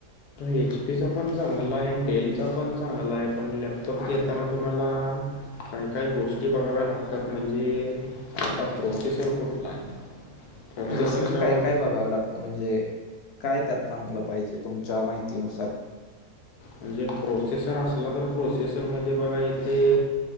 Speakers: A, on the left; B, on the left.
A: एचपीचा पण चांगला आहे डेल चा पण चांगला आहे पण लॅपटॉप घेताना तुम्हाला काही काही गोष्टी बघाव्या लागतात म्हणजे त्याचा प्रोसेसर कुठला आहे. प्रोसेसरच्यावर
B: जसं की काय काय बघाव लागतं म्हणजे काय त्यात चांगलं पाहिजे तुमच्या माहितीनुसार
A: म्हणजे प्रोसेसर असलं तर प्रोसेसरमध्ये बघा इथे